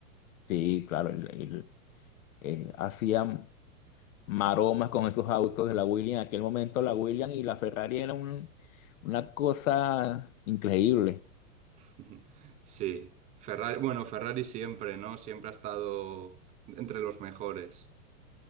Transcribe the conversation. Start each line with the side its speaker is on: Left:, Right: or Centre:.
Left: Sí, claro, él, él, eh, hacía maromas con esos autos de la Williams. En aquel momento la Williams y la Ferrari era un- una cosa increíble.
Right: <laughs> Sí. Ferrari, bueno, Ferrari siempre, ¿no? Siempre ha estado entre los mejores.